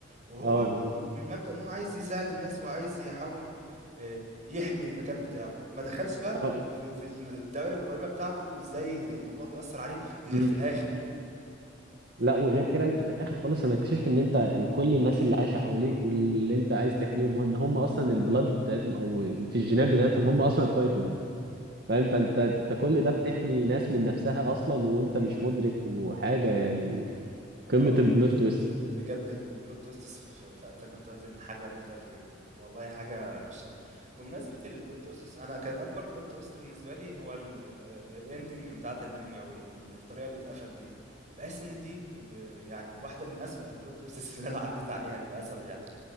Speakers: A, on the right; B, on the right.
A: وهو
B: اه بالظبط
A: م- من مبدأ إن هو عايز يساعد الناس وعايز يحاول آه، يحمي المكان بتاعه ما دخلش بقى
B: اه
A: في في الدوائر القريبة بتاعته وازاي الموضوع بيأثر عليه غير
B: امم
A: في الآخر
B: لا وغير كده انت في الاخر خالص لما تكتشف ان انت ال- كل الناس اللي عايشه حواليك واللي انت عايز تحميهم هم- ان هم اصلا البلاد بتاعتهم او في الجينات بتاعتهم هم اصلا التايتنز فاهم فانت انت كل ده بتحمي ناس من نفسها اصلا وانت مش مدرك وحاجه يعني قمه
A: اه
B: البلوت تويست
A: بجد ال- البلوت تويستس في في, في اتاك اون تايتن حاجة مختلفة جدا والله حاجة مش طبيعية بمناسبة البلوت تويستس انا كانت اكبر بلوت تويست بالنسبة لي هو الاندنج بتاعت الانمي او ال- ال- الطريقة اللي اتقفل بيها بحس ان دي ب ب يعني واحدة من أسوأ البلوت تويستس اللي انا عديت عليها للأسف يعني